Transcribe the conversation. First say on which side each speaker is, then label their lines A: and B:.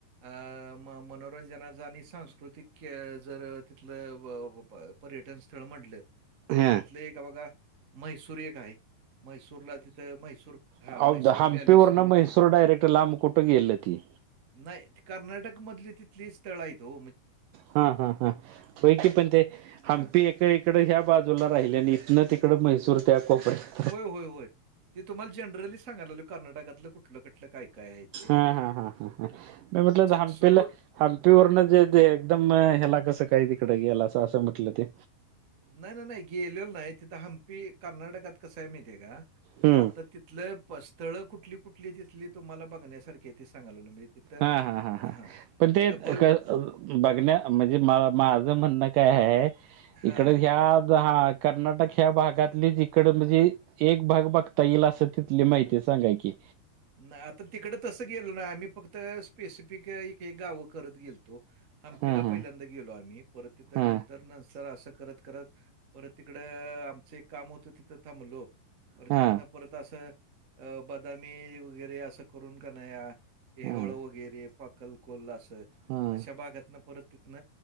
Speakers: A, on the right (about 55°); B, on the right (about 85°).
A: अं मनोरंजना ज सांस्कृतिक जर तिथलं पर्यटन स्थळ म्हटलं तर
B: हा
A: तिथले एक बघा म्हैसूर एक हाय. म्हैसूरला तिथं म्हैसूर हा
B: अहो
A: मैसूर
B: हंपीवरन
A: पॅलेस
B: म्हैसूर डायरेक्ट लांब कुठं गेलं ती
A: नाही कर्नाटक मधली तिथली स्थळ हायत ओ.
B: हा हा हा. व्हय की पण ते
A: हां.
B: हम्पी इकड ह्या बाजूला राहिल आणि इथनं तिकड म्हैसूर त्या कोपड्या
A: होय होय होय. ते तुम्हाला जनरली सांगा लागलोय कर्नाटकातलं कुठलं कुठलं काय काय हाय.
B: हा हा हा हा ह. मी म्हटलं हम्पी
A: सुरूळ
B: ला
A: रु
B: हम्पी वरण जे ते एकदम ह्याला कसं काय तिकड गेला अस असं म्हटलं ते.
A: नाही नाही नाही. गेलेलो नाही तिथं हंपी कर्नाटकात कसं आहे माहिती आहे का
B: हम्म
A: आता ति तिथलं स्थळ कुठली कुठली तिथली तुम्हाला बघण्यासारखी ती सांगा लागलो. तिथं
B: हा हा हा हा.
A: हां.
B: पण ते
A: आता
B: बघण्या
A: बघ
B: म्हणजे माझं म्हणणं काय आहे
A: हां.
B: इकडे ह्या कर्नाटक ह्या भागातली जिकड म्हणजे एक भाग बघता येईल असं तिथली माहिती सांगा की?
A: नाही. आता तिकड तसं गेलो नाही आम्ही फक्त स्पेसिफिक एक गावं करत गेलतो. हम्पी
B: हा
A: ला
B: हा
A: पहिल्यांदा गेलो आम्ही. परत तिथं
B: हा
A: नंतर असं करत करत परत तिकडं आमचं एक काम होतं तिथं थांबलो. पर
B: हा
A: तिथनं परत असं अ बदामी वगैरे असं करून क नाही हेवळ
B: हा
A: वगैरे पाकल कोल्ला अस,
B: हा
A: अशा भागात न परत तिथन